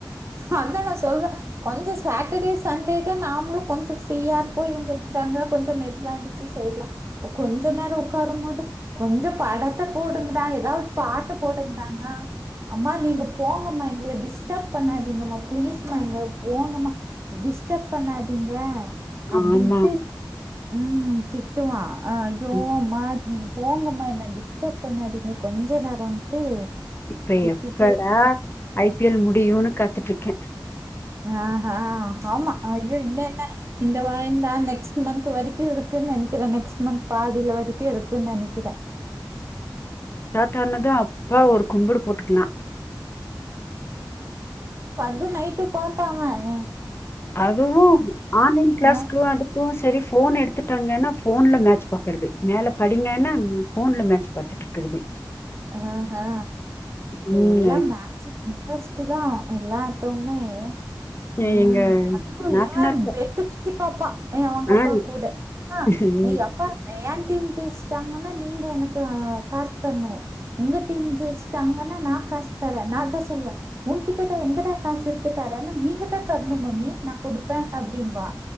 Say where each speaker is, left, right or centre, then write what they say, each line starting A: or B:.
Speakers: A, on the right; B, on the left.
A: அதா நா சொல்வே கொஞ்சோ சாட்டர்டே சண்டேதா நாமளு கொஞ்ச ஃப்ரீயா இர்ப்போ இவுங்க இர்க்கிறாங்க கொஞ்சோ மெதுவா எந்துச்சு செய்லா போ கொஞ்ச நேரோ உக்காரம் போது கொஞ்ச படத்த போடுங்டா ஏதாவு பாட்ட போடுங்கடானா ஆம்மா நீங்க போங்கம்மா எங்கள டிஸ்டர்ப பண்ணாதீங்கமா பிளீஸ்மா எங்கள போங்கமா டிஸ்டர்ப் பண்ணாதீங்க அப்டின்ட்டு
B: ஆமா
A: உம் தி டுவா ஆ அய்யோ
B: உம்
A: அம்மா நீங்க போங்கம்மா என்ன டி டப் பண்ணாதீங்க கொஞ்ச நேரம்ட்டு
B: இப்ப
A: திட்டிட்டே
B: எப்படா
A: இருப்பான்.
B: ஐ பி எல் முடியுன்னு கா த்துட்டுருக்கே
A: ஆ ஆ ஆமா அய்யோ இன்னு என்ன இந்த வாய்ந்தா நெக்ஸ்ட் மந்த்து வரிக்கு இருக்குன்னு நெனக்கிறே நெக்ஸ்ட் மந்த் பாதில வரைக்கு இருக்குன்னு நெனக்கிறே
B: டானது அப்பா ஒரு கும்புடு போட்டுக்கிலா
A: னுரு நைட்டு பாப்பாங்க ஏ
B: அதுவு ஆன்லைன் கிளாஸ்க்லா
A: அ
B: <unintelligible> தெரி ஃபோன எடுத்துட்டாங்கனா ஃபோன்ல மேட்ச் பாக்கறது மேல படிங்கனா ஃபோன்ல மே சு பாத்துட்டுக்கிறது
A: ஆ ஆ
B: ம்.
A: எல்லா
B: ஐ-
A: மேட்ச்சு இன்ட்ரஸ்ட்டுதா எல்லாத்துமே
B: எ
A: உம்
B: எங்க
A: <inaudible>
B: நாத்தனார் பொ
A: இப்பாப்பா ஏ உங்க
B: ஆ
A: அப்பா கூட ஆ
B: ம்,
A: நீங்க அப்பா ஏன் டீம் ஜெயிஸ்டாங்கனா நீங்க எனக்கு ஆ காஸ் தர்னோ உங்க டீம் ஜெயிஸ் தாங்கான நா காஸ் தரே நாதா சொல்லுவே உன்கிட்டட்ட எங்கடா காசு இர்க்கு தரேன்னு நீங்கதா தரணு மம்மி நா கொடுப்பே அப்டிம்பா